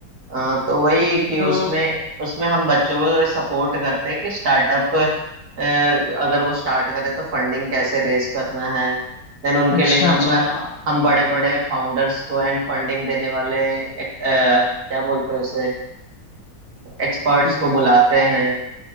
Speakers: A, on the right (about 55°); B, on the left (about 60°).
A: अ, तो वही कि
B: तो
A: उसमें उसमें हम बच्चों को सपोर्ट करते हैं कि स्टार्टअप अगर वो स्टार्ट करे तो फंडिंग कैसे रेज करना है देन उनके
B: अच्छा
A: लिए हम
B: अच्छा हाँ
A: हम बड़े बड़े फाउंडर्स को एंड फंडिंग देने वाले एक, अ, क्या बोलते हैं उसे एक्सपर्ट्स
B: हम्म
A: को बुलाते हैं